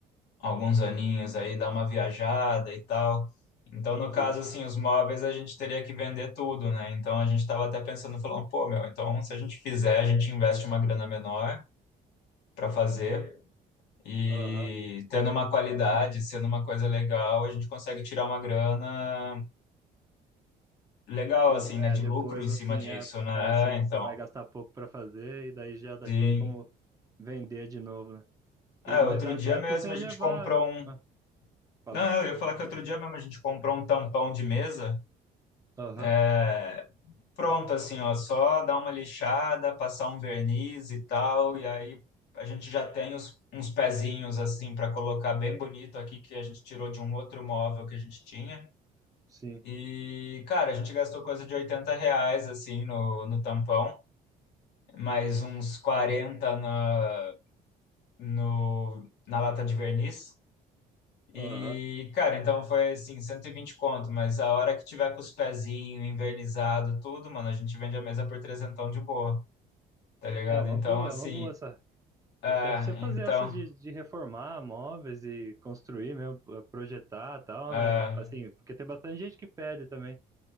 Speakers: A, on the left; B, on the right.
A: alguns aninhos aí, dar uma viajada e tal. Então, no
B: Sim.
A: caso, assim, os móveis a gente teria que vender tudo, né? Então, a gente estava até pensando, falando, pô, meu, então se a gente fizer, a gente investe uma grana menor para fazer e
B: Aham.
A: tendo uma qualidade, sendo uma coisa legal, a gente consegue tirar uma grana legal,
B: Com-
A: assim,
B: é,
A: né? De
B: depois,
A: lucro em
B: no
A: cima
B: fim,
A: disso,
B: é,
A: né?
B: é assim,
A: É, Então,
B: você vai gastar pouco para fazer e daí já dá-
A: sim.
B: tem como vender de novo, né? E-
A: É,
B: mas
A: outro
B: dá
A: dia
B: até
A: mesmo
B: para você
A: a
B: levar.
A: gente comprou um
B: Ah, falei.
A: Não, eu ia falar que outro dia mesmo a gente comprou um tampão de mesa,
B: Aham,
A: é, pronto assim, ó, só dar uma lixada, passar um verniz e tal, e aí a gente já tem os- uns pezinhos assim para colocar bem bonito aqui que a gente tirou de um outro móvel que a gente tinha.
B: sim.
A: E, cara, a gente gastou coisa de 80 reais assim no, no tampão, mais uns 40 na, no, na lata de verniz.
B: Aham.
A: E, cara, então foi assim, 120 conto, mas a hora que tiver com os pezinhos, invernizado, tudo, mano, a gente vende a mesa por trezentão de boa, tá ligado?
B: É uma
A: Então,
B: boa,
A: assim,
B: é uma boa essa.
A: ah,
B: Até pra você fazer
A: então,
B: essa de, de reformar móveis e construir mesmo, eh, projetar e tal,
A: ah,
B: né? Assim, porque tem bastante gente que pede também.